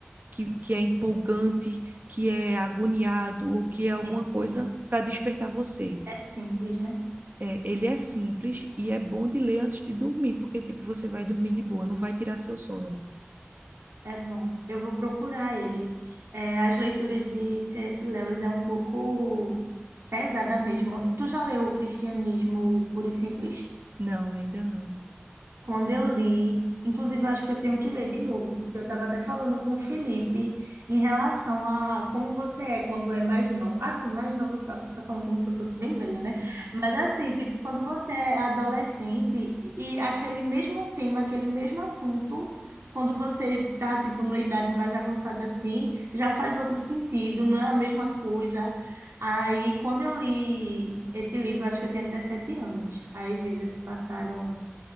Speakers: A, on the right; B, on the right.
A: que, que é empolgante, que é agoniado ou que
B: Sim,
A: é alguma
B: sim.
A: coisa para despertar você.
B: É simples, né?
A: É, ele é simples e é bom de ler antes de dormir, porque, tipo, você vai dormir de boa, não vai tirar seu sono.
B: É bom, eu vou procurar ele. É, as leituras de C.S. Lewis é um pouco pesada mesmo. Tu já leu o Cristianismo Puro e Simples?
A: Não, ainda não.
B: Quando eu li, inclusive eu acho que eu tenho que ler de novo, porque eu estava até falando com o Felipe em relação a como você é quando é mais novo. Assim, mais novo, a pessoa falando como se eu fosse bem velha, né? Mas assim, tipo, quando você é adolescente e aquele mesmo tema, aquele mesmo assunto, quando você tá, tipo, numa idade mais avançada assim, já faz outro sentido, não é a mesma coisa. Aí, quando eu li esse livro, eu acho que eu tinha 17 anos. Aí, veja, se passaram